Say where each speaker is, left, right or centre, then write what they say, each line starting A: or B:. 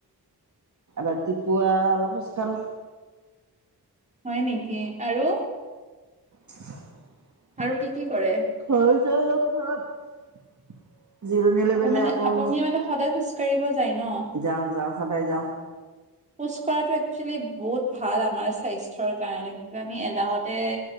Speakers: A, on the right; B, on the right.
A: ৰাতিপুৱা অলপ খোজ কাঢ়ো।
B: হয় নেকি আৰু?
A: <unintelligible>
B: আৰু কি-কি কৰে?
A: ঘৰ যাই ধলপ জিৰণি লৈ
B: আপ
A: পেলে
B: মানে
A: আকৌ
B: আপুনি মানে সদায় খোজ কাঢ়িব যায় ন'?
A: যাওঁ-যাওঁ সদায় যাওঁ।
B: খোজ কঢ়াটো একচোয়েলি বহুত ভাল আমাৰ স্বাচ - স্থ্যৰ কাৰণে কি কয় আমি এলাহতে